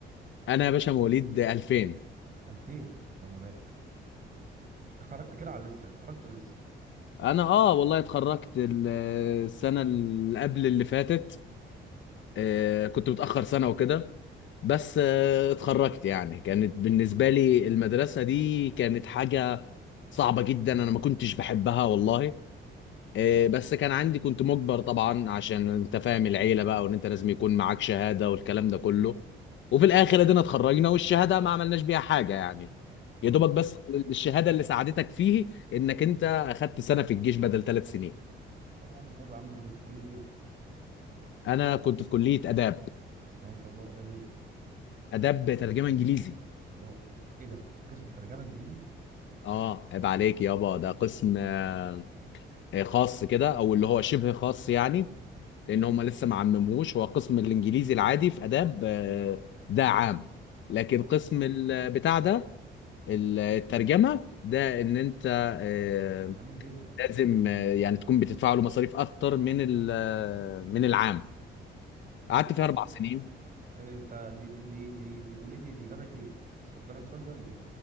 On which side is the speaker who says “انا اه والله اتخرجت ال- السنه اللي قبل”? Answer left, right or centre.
Left